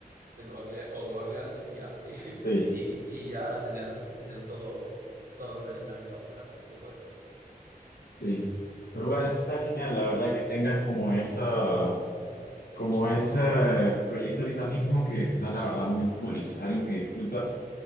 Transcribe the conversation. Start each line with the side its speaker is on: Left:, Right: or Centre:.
Right: de Nueva Orleans, o Nueva Orleans y ya,
Left: Sí,
Right: y,
Left: sí.
Right: y ya tener, tener todo, toda una dinámica buena pues, y puesta.
Left: sí. Pero bueno, eso está genial,
Right: Sí, sí.
Left: la verdad, que tengas como esa, como
Right: Uh -huh.
Left: ese proyecto ahorita mismo que está, la verdad, muy cool. Y si es algo que disfrutas,